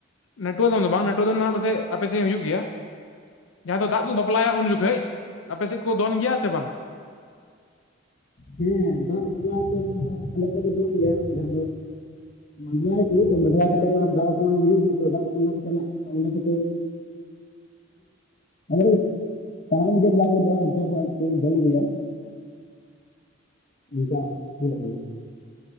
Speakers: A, on the left; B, on the left.
A: ᱱᱟᱹᱴᱣᱟ ᱫᱚᱱ ᱫᱚ ᱵᱟᱝ ᱱᱟᱹᱴᱣᱟ ᱫᱚᱱ ᱫᱚ ᱯᱟᱥᱮ ᱟᱯᱮ ᱥᱮᱱ ᱦᱩᱭᱩᱜ ᱜᱮᱭᱟ ᱾ ᱡᱟᱦᱟᱸ ᱫᱚ ᱫᱟᱜ ᱠᱚ ᱵᱟᱯᱞᱟᱭᱟ ᱩᱱ ᱡᱚᱠᱷᱚᱭ ᱟᱯᱮ ᱥᱮᱱ ᱠᱚ ᱫᱚᱱ ᱜᱮᱭᱟ ᱥᱮ ᱵᱟᱝ?
B: ᱦᱮᱸ ᱫᱟᱜ ᱵᱟᱯᱞᱟ ᱠᱚ ᱫᱚ ᱟᱞᱮ ᱥᱮᱱ ᱠᱚ ᱫᱚᱱ ᱜᱮᱭᱟ ᱡᱟᱦᱟᱸ ᱫᱚ ᱢᱟᱰᱣᱟᱭ ᱯᱩᱨᱟᱹᱣ ᱛᱚ ᱢᱟᱰᱣᱟ ᱠᱟᱛᱮᱫ ᱢᱟ ᱟᱨ ᱫᱟᱜ ᱵᱟᱯᱞᱟ ᱦᱚᱸ ᱦᱩᱭᱩᱜ ᱜᱮ ᱛᱚ ᱫᱟᱜ ᱵᱟᱯᱞᱟ ᱠᱚ ᱪᱟᱞᱟᱜᱼᱟ ᱾ ᱚᱸᱰᱮ ᱫᱚᱠᱚ ᱟᱞᱮ ᱛᱟᱲᱟᱢ ᱵᱟᱯᱞᱟ ᱦᱩᱭᱼᱟ ᱜᱮᱭᱟ ᱛᱚᱠᱷᱚᱡ ᱠᱚ ᱫᱚᱱ ᱜᱮᱭᱟ ᱚᱱᱠᱟ ᱧᱮᱞᱚᱜ ᱠᱟᱱᱟ᱾